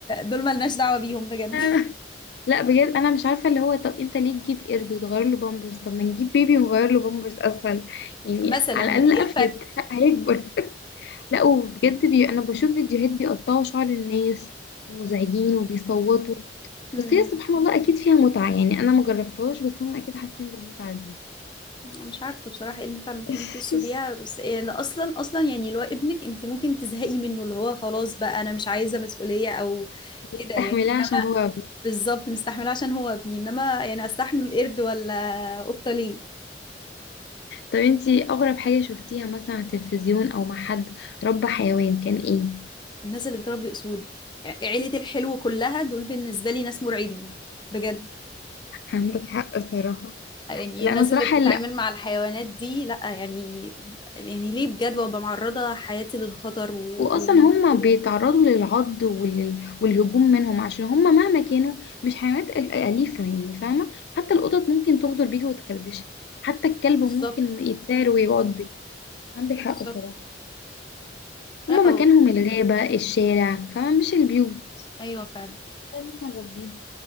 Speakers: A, on the left (about 25°); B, on the left (about 65°).
A: دول ملناش دعوة بيهم بجد
B: كده لا بجد انا مش عارفه اللي هو طب انت ليه تجيب قرد وتغير له بامبرز طب ما نجيب بيبي ونغير له بامبرز اسهل يعني
A: <laughs> مثلا
B: على
A: ايه
B: الاقل افيد <laughs> هيكبر لا وبجد بي... انا بشوف فيديوهات بيقطعوا شعر الناس ومزعجين وبيصوتوا
A: الفرق
B: بس هي سبحان الله اكيد فيها متعه يعني انا ما جربتهاش بس هم اكيد حاسين بالمتعه دي
A: أنا مش عارفة بصراحة ايه المتعة اللي ممكن
B: <laughs>
A: يحسوا بيها بس يعني اصلا اصلا يعني اللي هو ابنك انت ممكن تزهقي منه اللي هو خلاص بقى انا مش عايزة مسؤولية او كده
B: استحملها
A: يعني انما
B: عشان هو ابني
A: بالظبط مستحملة عشان هو ابني انما يعني استحمل قرد ولا قطة ليه
B: طب انتي اغرب حاجه شفتيها مثلا على التلفزيون او مع حد ربى حيوان كان ايه
A: الناس اللي بتربي اسود يعني عيلة الحلو كلها دول بالنسبة لي ناس مرعبين بجد
B: عندك حق صراحه
A: يعني
B: لا
A: الناس
B: انا صراحه
A: اللي بتتعامل مع الحيوانات دي لا يعني يعني ليه بجد وابقى معرضة حياتي للخطر و-
B: واصلا هم
A: وكده
B: بيتعرضوا للعض ولل... والهجوم منهم عشان هم مهما كانوا مش حيوانات أل- اليفه يعني فاهمه حتى القطط ممكن تغدر بيكي وتكربشي حتى الكلب
A: بالظبط
B: ممكن يتسار ويعضك عندك حق
A: بالظبط
B: صراحه
A: لا
B: هم
A: أو...
B: مكانهم الغابه الشارع فاهمه مش البيوت
A: ايوه فعلا
B: طيب احنا نربيهم